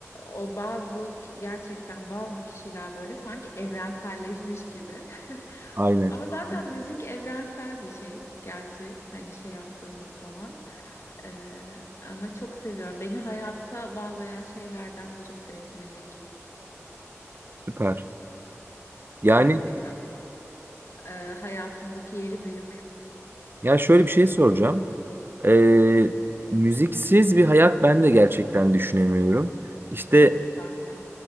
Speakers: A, on the left; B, on the right.
A: o bazı gerçekten bazı kişiler böyle sanki evrenselleşmiş gibi <laughs>
B: Aynen.
A: ama zaten müzik evrensel bir şey gerçi hani şey yaptığımız zaman. Ee, ama çok seviyorum. Beni hayata bağlayan şeylerden birisi müzik
B: Süper. Yani
A: gerçekten. Ee, hayatımdaki yeri büyük.
B: ya şöyle bir şey soracağım. Ee, müziksiz bir hayat ben de gerçekten düşünemiyorum. İşte
A: Evet ben de.